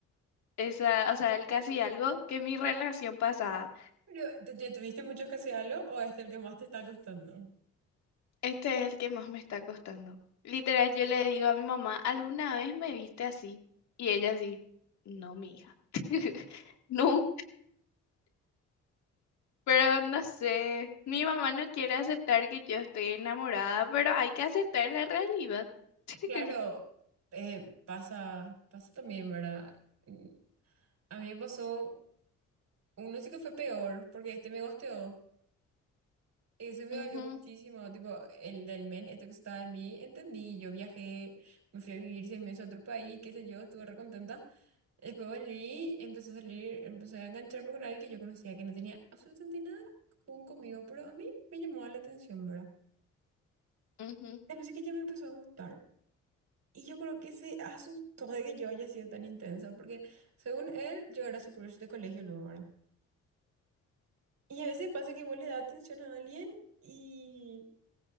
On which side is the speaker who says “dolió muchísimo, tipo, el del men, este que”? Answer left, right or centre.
Right